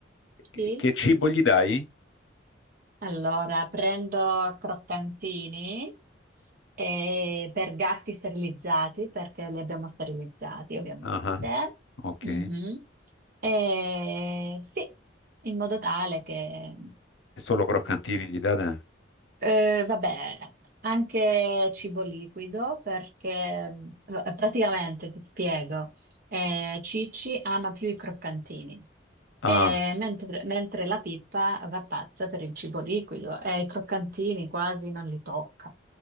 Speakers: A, on the left (about 85°); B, on the right (about 50°).
A: Che,
B: Sì,
A: che cibo
B: sì.
A: gli dai?
B: Allora, prendo croccantini eh, per gatti sterilizzati, perché li abbiamo sterilizzati, ovviamente.
A: Ah, ah, ok.
B: Mhm. E sì, in modo tale che
A: Solo croccantini gli date?
B: eh, vabbè, anche cibo liquido perché mh, v- praticamente ti spiego, eh, Cicci ama più i croccantini,
A: Ah.
B: eh, mentre, mentre la Pippa va pazza per il cibo liquido e i croccantini quasi non li tocca.